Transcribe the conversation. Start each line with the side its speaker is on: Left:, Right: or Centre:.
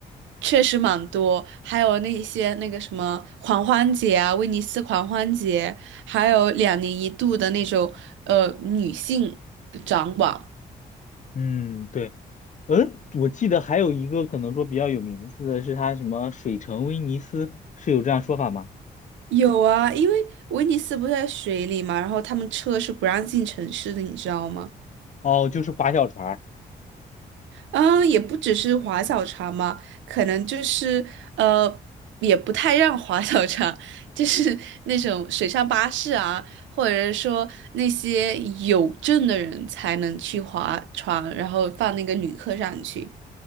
Right: 确实蛮多，还有那些那个什么狂欢节啊，威尼斯狂欢节，还有两年一度的那种呃女性掌管。
Left: 嗯，对，嗯，我记得还有一个可能说比较有名字的是它什么水城威尼斯，是有这样说法吗？
Right: 有啊，因为威尼斯不是在水里嘛，然后他们车是不让进城市的，你知道吗？
Left: 哦，就是划小船儿，
Right: 嗯，也不只是划小船嘛，可能就是呃，也不太让划小船，<laughs> 就是那种水上巴士啊，或者是说那些有证的人才能去划船，然后放那个旅客上去。